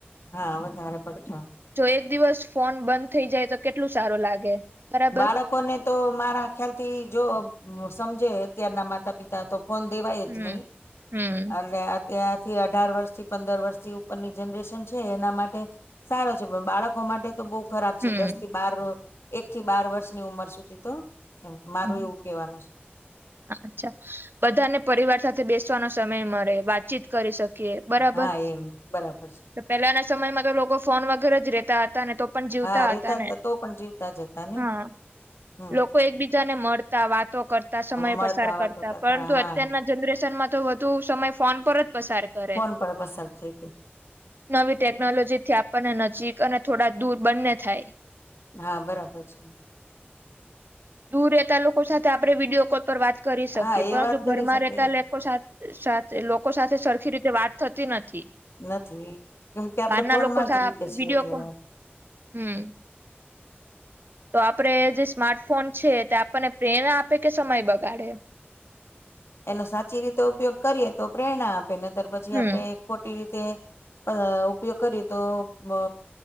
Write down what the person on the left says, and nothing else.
હા વધારે પડતો
બાળકોને તો મારા ખ્યાલ થી જો સમજે અત્યારના માતા પિતા તો ફન દેવા એત
નહી
અને ત્યાંથી અઢાર વર્ષથી પંદર વર્ષથી ઉપરની જનરેશન છે એના માટે સારો છે પણ બાળકો માટે તો બહુ ખરાબ છે
દસ થી બાર એક થી બાર વર્ષની ઉંમર સુધી તો એમ મારું
એવું કેવાનું છે
હા એમ બરાબર છે
હા રેતા
તો પણ જીવતા જ હતા ને
હમ
મળતા
વાતો
હા
ફોન પર પસાર થઈ હતી
હા બરાબર છે
હા એ
વાત કરી
શકે
નથી કેમ કે આપણે
ફોનમાં
જ
રહીએ છીએ
એટલે
એનો સાચી રીતે ઉપયોગ કરીએ તો પ્રેરણા આપે ને ત પછી
આપડણે ખોટી રીતે તે ઉપયોગ કરી તો અ